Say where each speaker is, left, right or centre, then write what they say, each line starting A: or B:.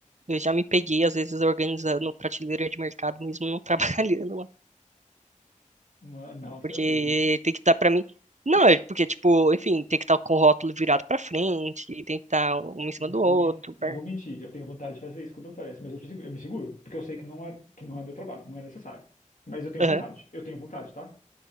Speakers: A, on the right (about 60°); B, on the left (about 75°).
A: eu já me peguei, às vezes, organizando prateleira de mercado, mesmo não <laughs> trabalhando lá.
B: Mano, não, você
A: Porque
B: não fez isso.
A: tem que estar tá pra mim. Não, é porque, tipo, enfim, tem que estar com o rótulo virado pra frente, e tem que estar um em cima
B: Não
A: do outro,
B: vou, me, não
A: cara.
B: vou mentir, eu tenho vontade de fazer isso quando aparece, mas eu, me segu- eu me seguro, porque eu sei que não é, que não é meu trabalho, não é necessário. Mas eu tenho
A: Aham,
B: vontade, eu tenho vontade, tá?